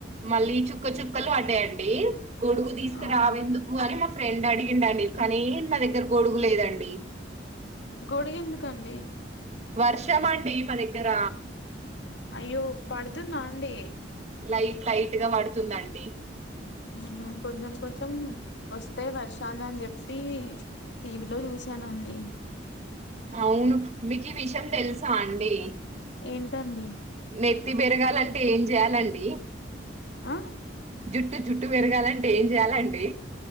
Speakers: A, on the right; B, on the left.
A: మళ్ళీ చుక్క చుక్కలు పడ్డాయండి గొడుగు తీసుకురావెందుకు
B: అవునా
A: అని మా ఫ్రెండ్ అడిగిండండి కానీ మా దగ్గర గొడుగు లేదండి
B: గొడుగు ఎందుకండీ
A: వర్షమండి మా దగ్గర
B: అయ్యో పడుతుందా అండి
A: లైట్ లైట్ గా పడుతుందండి
B: హ్మ్ కొంచెం కొంచెం వస్తాయి వర్షాలు అని చెప్పి టీవీలో చూసానండి
A: అవును మీకు ఈ విషయం తెలుసా అండి
B: ఏంటండి
A: ఎత్తి బెరగాలంటే ఏం చేయాలండి
B: ఆ
A: జుట్టు జుట్టు పెరగాలంటే ఏం చేయ్యాలండి